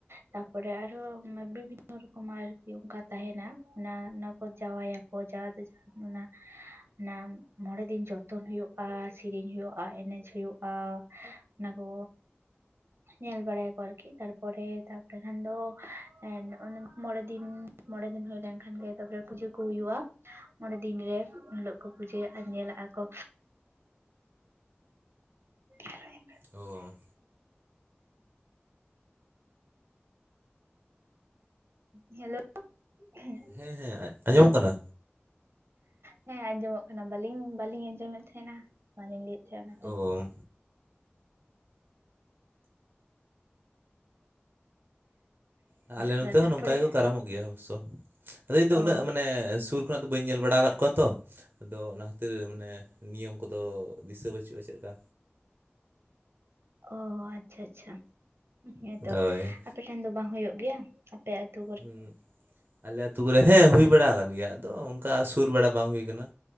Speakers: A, on the right; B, on the right.
A: ᱛᱟᱯᱚᱨᱮ ᱟᱨᱦᱚᱸ ᱵᱤᱵᱷᱤᱱᱚ ᱨᱚᱠᱚᱢᱟᱜ ᱟᱨᱠᱤ ᱚᱱᱠᱟ ᱛᱟᱦᱮᱱᱟ ᱚᱱᱟ ᱚᱱᱟ ᱠᱚ ᱡᱟᱣᱟᱭᱟᱠᱚ ᱡᱟᱣ ᱫᱚ ᱚᱱᱟ ᱚᱱᱟ ᱢᱚᱬᱮ ᱫᱤᱱ ᱡᱚᱛᱚᱱ ᱦᱩᱭᱩᱜᱼᱟ ᱥᱮᱨᱮᱧ ᱦᱩᱭᱩᱜᱼᱟ ᱮᱱᱮᱡ ᱦᱩᱭᱩᱜᱼᱟ ᱚᱱᱟ ᱠᱚ ᱧᱮᱞ ᱵᱟᱲᱟᱭᱟᱠᱚ ᱟᱨᱠᱤ ᱛᱟᱨᱯᱚᱨᱮ ᱮᱰᱮ ᱠᱷᱟᱱ ᱫᱚ ᱮᱸᱫ ᱢᱚᱲᱮ ᱫᱤᱱ ᱢᱚᱲᱮ ᱫᱤᱱ ᱦᱩᱭ ᱞᱮᱱᱠᱷᱟᱱ ᱜᱮ ᱛᱟᱯᱚᱨᱮ ᱯᱩᱡᱟᱹ ᱠᱚ ᱦᱩᱭᱩᱜᱼᱟ ᱢᱳᱬᱮ ᱫᱤᱱ ᱨᱮ ᱩᱱᱦᱤᱞᱳᱜ ᱠᱚ ᱯᱩᱡᱟᱹᱭᱟ ᱟᱨ ᱧᱮᱞᱟᱜ ᱟᱠᱚ <unintelligible>
B: ᱚᱻ
A: ᱦᱮ ᱦᱮᱞᱳ ᱮᱸᱦᱮᱸ
B: ᱦᱮᱸ ᱦᱮᱸ ᱟᱸᱡᱚᱢᱚᱜ ᱠᱟᱱᱟ
A: ᱦᱮᱸ ᱟᱸᱡᱚᱢᱚᱜ ᱠᱟᱱᱟ ᱵᱟᱞᱤᱧ ᱵᱟᱞᱤᱧ ᱟᱸᱡᱚᱢᱮᱫ ᱛᱟᱦᱮᱸᱱᱟ, ᱵᱟᱞᱤᱧ ᱞᱟᱹᱭᱮᱫ ᱛᱟᱦᱮᱸ ᱱᱟ ᱚᱱᱟᱛᱮ
B: ᱚ ᱟᱞᱮ
A: ᱚᱱᱟᱛᱮ
B: ᱱᱚᱱᱛᱮ
A: ᱛᱟᱨᱯᱚᱨᱮ
B: ᱦᱚᱸ ᱱᱚᱝᱠᱟ ᱜᱮᱠᱚ ᱠᱟᱨᱟᱢᱚᱜ ᱜᱮᱭᱟ ᱚᱵᱚᱥᱥᱚ, ᱟᱫᱚ ᱤᱧᱫᱚ
A: ᱚ
B: ᱩᱱᱟᱹᱜ ᱢᱟᱱᱮ ᱥᱩᱨᱼᱼ ᱠᱷᱚᱱᱟᱜ ᱫᱚ ᱵᱟᱹᱧ ᱧᱮᱞ ᱵᱟᱲᱟ ᱠᱟᱫ ᱠᱚᱣᱟ ᱛᱚ ᱟᱫᱚ ᱚᱱᱟ ᱠᱷᱟᱹᱛᱤᱨ ᱢᱟᱱᱮᱼᱼ ᱱᱤᱭᱚᱢ ᱠᱚᱫᱚ ᱫᱤᱥᱟᱹ ᱵᱟᱹᱪᱩᱜᱼᱟ ᱪᱮᱫ ᱠᱟ
A: ᱚ ᱟᱪᱪᱷᱟ ᱟᱪᱪᱷᱟ ᱦᱮᱸᱛᱚ,
B: ᱦᱳᱭ
A: ᱟᱯᱮᱴᱷᱮᱱ ᱫᱚ ᱵᱟᱝ ᱦᱩᱭᱩᱜ ᱜᱮᱭᱟ? ᱟᱯᱮ ᱟᱹᱛᱩᱼᱼ
B: ᱦᱩᱸ ᱟᱞᱮ ᱟᱛᱩ ᱠᱚᱨᱮ ᱦᱮᱸ ᱚᱱᱠᱟ ᱦᱩᱭ ᱵᱟᱲᱟ ᱠᱟᱱ ᱜᱮᱭᱟ ᱟᱫᱚ ᱚᱱᱠᱟ ᱥᱩᱨ ᱵᱟᱲᱟᱼᱼ ᱵᱟᱝ ᱦᱩᱭ ᱠᱟᱱᱟ